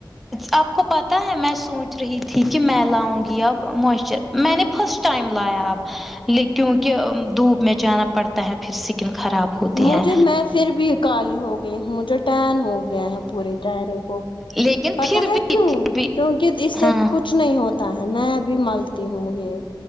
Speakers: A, in the centre; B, on the left.
A: آپ کو پتاہ ہے میں سوچ رہی تھی کہ میں لاؤں گی اب موسچر میں نے فسٹ ٹائم لایا اب لے کیونکہ دھوپ میں جانا پڑتا ہے پھر سکن خراب ہوتی
B: مجھے
A: ہے
B: میں پھر بھی کالی ہو گئی مجھے ٹین ہو گیا ہے پورے چہرے کو
A: لیکن
B: پتا
A: پھر
B: ہے
A: بھی
B: کیوں
A: پھر بھی
B: کیونک اس سے
A: ہاں
B: کچھ کچھ نہیں ہوتا ہے میں بھی ملتی ہوں یہ